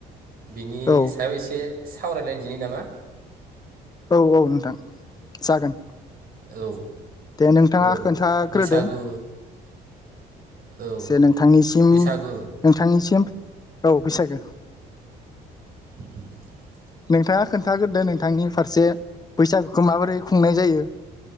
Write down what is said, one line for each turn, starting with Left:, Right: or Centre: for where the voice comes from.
Right: बिनि
Left: औ
Right: सायाव एसे सावरायलायदिनि नामा?
Left: औ औ नोंथां जागोन।
Right: औ।
Left: दे नोंथाङा
Right: औ
Left: खोन्थाग्रोदों।
Right: बैसागु औ
Left: से नोंथांनिसिम
Right: बैसागु
Left: नोंथांनिसिम औ बैसागो
Right: <inaudible>
Left: नोंथाङा खोनथाग्रोदो नोंथांनि फारसे बैसागुखौ माबोरै खुंनाय जायो